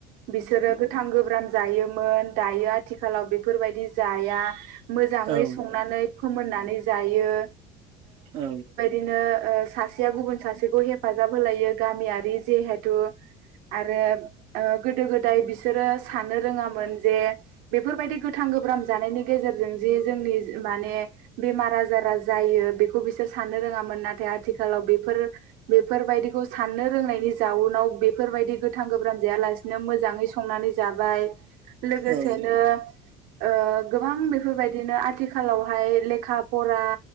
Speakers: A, on the right; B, on the right.
A: बिसोरो गोथां गोब्राम जायोमोन दायो आथिखालाव बेफोरबायदि जाया मोजाङै
B: औ
A: संनानै फोमोननानै जायो।
B: औ।
A: बिदिनो सासेया गुबुन सासेखौ हेफाजाब होलायो गामियारि जिहेथु आरो ओ गोदो गोदाय बिसोरो साननो रोङामोन जे बेफोरबायदि गोथां गोब्राम जानायनि गेजेरजों जि जोंनि माने बेमार आजारा जायो बेखौ बिसोर साननो रोङामोन नाथाय आथिखालाव बेफोर बेफोरबायदिखौ साननो रोंनायनि जाउनाव बेफोर बेबायदि गोथां गोब्राम जाया लासिनो मोजां संनानै जाबाय लोगोसेनो
B: औ
A: ओ गोबां बेफोरबायदिनो आथिखालावहाय लेखा फरा